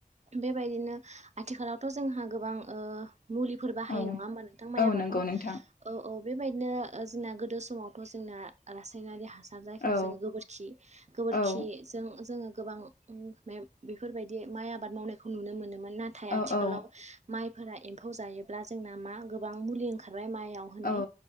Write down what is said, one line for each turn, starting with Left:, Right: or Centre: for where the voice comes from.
Right: बेबायदिनो आथिखालावथ' जोंहा गोबां ओ मुलिफोर बाहायो
Left: औ
Right: नङा होमबा नोंथां माइ
Left: औ
Right: आबादाव
Left: नंगौ नोंथां
Right: औ औ बेबायदिनो ओ जोंना गोदो समावथ' जोंना रासायनारि हास सार जायखौ
Left: औ
Right: जोङो गोबोरखि-गोबोरखिजों
Left: औ
Right: जोङो गोबां <unintelligible> बेफोरबायदि माइ आबाद मावनायखौ नुनो मोनोमोन नाथाय
Left: औ
Right: आथिखालाव
Left: औ
Right: माइ फोरा एम्फौ जायोब्ला जोंना मा गोबां मुलि ओंखार बाय माइआव होनाय
Left: औ